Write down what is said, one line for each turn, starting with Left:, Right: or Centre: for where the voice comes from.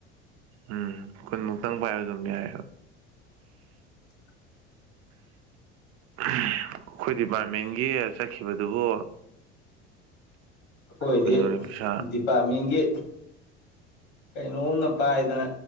Right: ꯎꯝ ꯀꯨꯟꯃꯨꯛꯇꯪ ꯄꯥꯏꯕ ꯑꯗꯨꯝ ꯌꯥꯏꯕ
Left: ꯑ
Right: ꯑꯩꯈꯣꯏ ꯗꯤꯄꯥꯔꯠꯃꯦꯟꯒꯤ ꯆꯠꯈꯤꯕꯗꯨꯕꯨ
Left: ꯑꯩꯈꯣꯏꯗꯤ
Right: ꯀꯩꯅꯣꯅꯦ ꯄꯩꯁꯥ
Left: ꯗꯤꯄꯥꯔꯠꯃꯦꯟꯒꯤ ꯀꯩꯅꯣꯝꯅ ꯄꯥꯏꯗꯅ